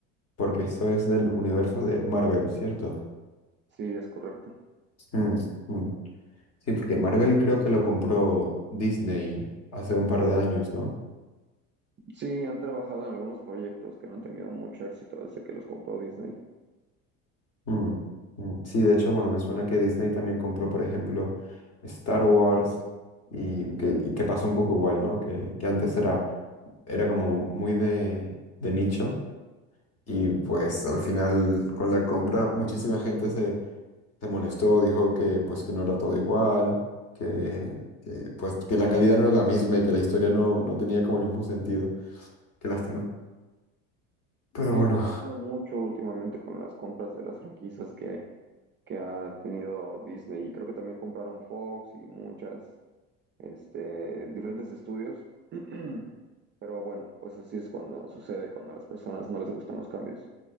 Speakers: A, on the left; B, on the right.
A: Porque esto es del universo de Marvel, ¿cierto?
B: Sí, es correcto.
A: Mm, mm. Sí, porque Marvel creo que lo compró Disney hace un par de años, ¿no?
B: Sí, han trabajado en algunos proyectos que no han tenido mucho éxito desde que los compró Disney.
A: Mm, mm. Sí, de hecho, bueno, me suena que Disney también compró, por ejemplo, Star Wars y que, y que pasó un poco igual, ¿no? Que, que antes era, era como muy de, de nicho y pues al final con la compra muchísima gente se, se molestó, dijo que pues que no era todo igual, que, que, pues que la calidad no era la misma y que la historia no, no tenía como el mismo sentido. Qué lástima. Pero
B: Sí,
A: bueno.
B: ha pasado mucho últimamente con las compras de las franquicias que, que ha tenido Disney. Y creo que también compraron Fox y muchas, este, diferentes estudios. <clears throat> Pero bueno, pues así es cuando sucede, cuando a las personas no les gustan los cambios.